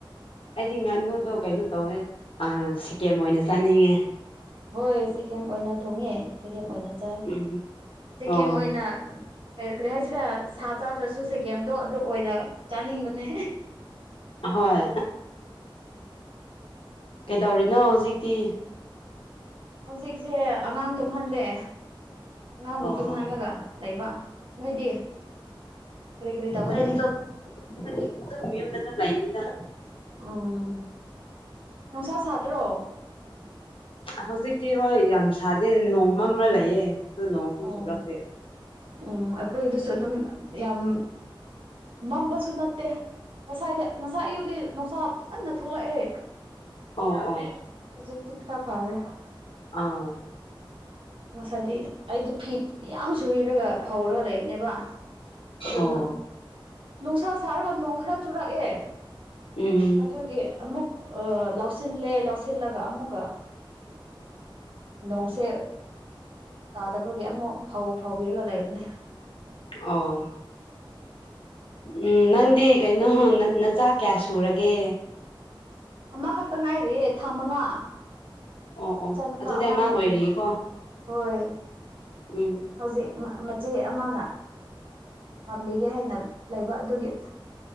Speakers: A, on the left; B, on the right.
A: ꯑꯩꯗꯤ ꯉꯥꯅꯨꯗꯣ ꯀꯩꯅꯣ ꯇꯧꯋꯦ ꯁꯤꯀꯤꯦꯝ ꯑꯣꯏꯅ ꯆꯥꯅꯤꯡꯉꯦ
B: ꯍꯣꯏ ꯁꯤꯦꯒꯦꯝ ꯑꯣꯏꯅ ꯊꯣꯡꯉꯦ ꯆꯦꯒꯦꯝ ꯑꯣꯏꯅ ꯆꯥꯏ
A: ꯎꯝ
B: ꯁꯦꯀꯦꯝ
A: ꯑꯣ
B: ꯑꯣꯏꯅ ꯀꯔꯤ ꯀꯔꯤ ꯍꯥꯏꯁꯤꯔꯥ ꯁꯥ ꯆꯥꯗ꯭ꯔꯁꯨ ꯁꯦꯒꯦꯝꯗꯣ ꯑꯗꯨ ꯑꯣꯏꯅ ꯑꯥꯅꯤꯡꯕꯅꯦ
A: ꯍꯣꯏ ꯀꯩꯗꯧꯔꯤꯅꯣ ꯍꯧꯖꯤꯛꯇꯤ
B: ꯍꯧꯖꯤꯛꯁꯦ ꯑꯉꯥꯡ ꯇꯨꯝꯍꯜꯂꯦ ꯑꯉꯥꯡꯕꯨ
A: ꯑꯣ
B: ꯇꯨꯝꯍꯜꯂꯒ
A: ꯑꯣ
B: ꯂꯩꯕ ꯅꯣꯏꯗꯤ ꯀꯔꯤ ꯀꯔꯤ ꯇꯧꯒꯅꯤ
A: ꯍꯥꯏꯗꯤ ꯍꯥꯏꯗꯤ ꯑꯗꯨꯝ ꯌꯨꯝꯗ ꯑꯗꯨꯝ ꯂꯩꯅꯤꯅ
B: ꯎꯝ ꯅꯨꯡꯁꯥ ꯁꯥꯗ꯭ꯔꯣ
A: ꯍꯧꯖꯤꯛꯇꯤ ꯍꯣꯏ ꯌꯥꯝ ꯁꯥꯗꯦ ꯅꯣꯡꯃ ꯑꯃ ꯂꯩꯌꯦꯦ ꯅꯍꯁꯨꯁꯔꯛꯗꯦ
B: ꯑꯣ ꯎꯝ ꯑꯩꯈꯣꯏꯗꯁꯨ ꯑꯗꯨꯝ ꯌꯥꯝ ꯃꯝꯕꯁꯨ ꯅꯠꯇꯦ ꯉꯁꯥꯏꯗꯤ ꯉꯁꯥꯏ ꯑꯌꯨꯗꯤ ꯅꯨꯡꯁꯥ ꯀꯟꯅ ꯊꯣꯛꯂꯛꯑꯦ
A: ꯑꯣ ꯑꯣ
B: ꯍꯧꯖꯤꯛꯇꯤ ꯈꯔ ꯐꯥꯔꯦ
A: ꯑꯥ
B: ꯍꯥꯏꯗꯤ ꯑꯩꯗꯤ ꯐꯤ ꯌꯥꯝ ꯁꯨꯔꯒ ꯐꯧꯔꯒ ꯂꯩꯕꯅꯦꯕ ꯑꯗꯨꯗ
A: ꯑꯣ
B: ꯅꯨꯡꯁꯥ ꯁꯥꯔꯒ ꯅꯣꯡ ꯈꯔ ꯆꯨꯔꯛꯑꯦ
A: ꯎꯝ
B: ꯑꯗꯨꯒꯤ ꯑꯃꯨꯛ ꯑ ꯂꯧ ꯂꯧꯁꯤꯜꯂꯦ ꯂꯧꯁꯤꯜꯂꯒ ꯑꯃꯨꯛꯀ ꯅꯣꯡꯁꯦ ꯇꯥꯗꯕꯒꯤ ꯑꯃꯨꯛ ꯐ ꯐꯥꯎꯤꯔꯒ ꯂꯩꯕꯅꯦ
A: ꯑꯣ ꯎꯝ ꯅꯪꯗꯤ ꯀꯩꯅꯣ ꯅꯆꯥꯥꯛ ꯀꯌꯥ ꯁꯨꯔꯒꯦ
B: ꯑꯃꯈꯛꯇ ꯉꯥꯏꯔꯤꯌꯦꯦ ꯊꯥ ꯃꯉꯥ
A: ꯑꯣ ꯑꯣ
B: ꯏꯆꯥꯅꯨꯄꯥ
A: ꯑꯗꯨꯗꯤ
B: ꯑꯃ
A: ꯑꯉꯥꯡ
B: ꯂꯩꯦ
A: ꯑꯣꯏꯔꯤꯀꯣ
B: ꯍꯣꯏ
A: ꯎꯝ
B: ꯍꯧꯖꯤꯦ ꯏꯆꯦ ꯑꯃꯅ ꯄꯥꯝꯕꯤꯒꯦ ꯍꯥꯏꯅ ꯂꯩꯕ ꯑꯗꯨꯒꯤ